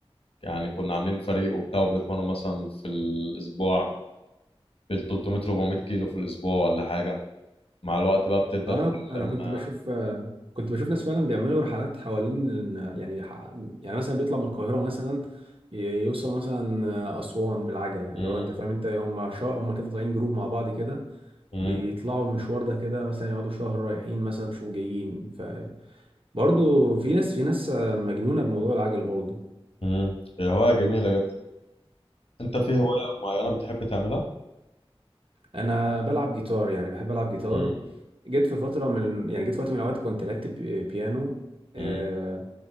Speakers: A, on the left (about 70°); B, on the right (about 60°).
A: يعني كنا عاملين فريق وبتاع وبنتمرن مثلا في الأسبوع بال 300 400 كيلو في الأسبوع ولا حاجة مع الوقت بقى بتبدأ
B: انا
A: تتعلم
B: انا كنت بشوف آه، كنت بشوف ناس فعلا بيعملوا رحلات حوالين ال- يعني ح- يعني مثلا بيطلع من القاهره مثلا ي- يوصل مثلا آه، اسوان بالعجله اللي
A: مم.
B: هو انت فاهم انت هم شا... هم كده طالعين جروب مع بعض كده
A: مم.
B: بيطلعوا المشوار ده كده مثلا يقعدوا شهر رايحين مثلا شهر جايين فبرضه في ناس في ناس آه، مجنونه بموضوع العجل برضه
A: مم. هي هواية جميلة جدا انت في هواية معينة بتحب تعملها؟
B: انا بلعب جيتار يعني بحب العب جيتار
A: مم.
B: جيت في فتره من يعني جيت في وقت من الاوقات كنت لعبت بي- بيانو
A: مم.
B: آه،